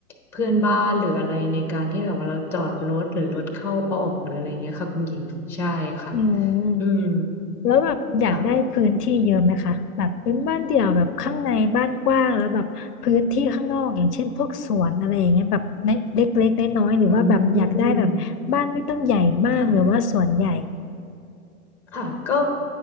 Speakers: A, in the centre; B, on the left.
A: เพื่อนบ้านหรืออะไรในการที่แบบว่าเราจอดรถหรือรถเข้าออกหรืออะไรเงี้ยค่ะคุณหญิงใช่ค่ะ
B: อืมแล้วแบบอยากได้พื้นที่เยอะไหมคะแบบเป็นบ้านเดี่ยวแบบข้างในบ้านกว้างแล้วแบบพื้นที่ข้างนอกอย่างเช่นพวกสวนอะไรอย่างเงี้ยแบบเล็กเล็กๆน้อยๆหรือว่าแบบอยากได้แบบบ้านไม่ต้องใหญ่มากหรือว่าสวนใหญ่
A: อืมค่ะอืมค่ะ ค่ะก็